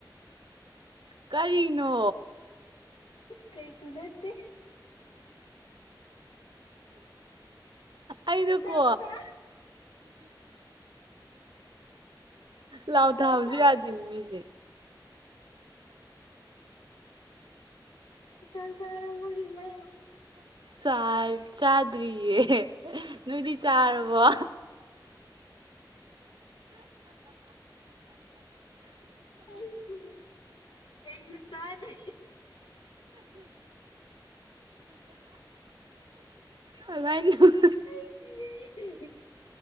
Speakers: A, on the right; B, on the left.
A: ꯀꯔꯤꯅꯣ
B: ꯀꯩꯁꯨ ꯅꯠꯇꯦ
A: ꯑꯩꯗꯣꯀꯣ
B: ꯆꯥꯛ ꯆꯥ
A: ꯂꯥꯎ
B: ꯆꯥꯛ
A: ꯊꯥꯕꯁꯨ
B: ꯆꯥꯔ
A: ꯌꯥꯗꯦ ꯃꯤꯁꯦ
B: ꯆꯥꯛ ꯆꯥꯔꯕꯣ ꯔꯤꯃꯥ
A: ꯆꯥꯛ ꯆꯥꯗꯔꯤꯌꯦ ꯅꯣꯏꯗꯤ ꯆꯥꯔꯕꯣ
B: ꯑꯩꯁꯨ ꯑꯩꯁꯨ ꯆꯥꯗꯦ
A: ꯑꯗꯨꯃꯥꯏ ꯅꯣꯛ
B: ꯑꯩ ꯁꯤꯔꯦ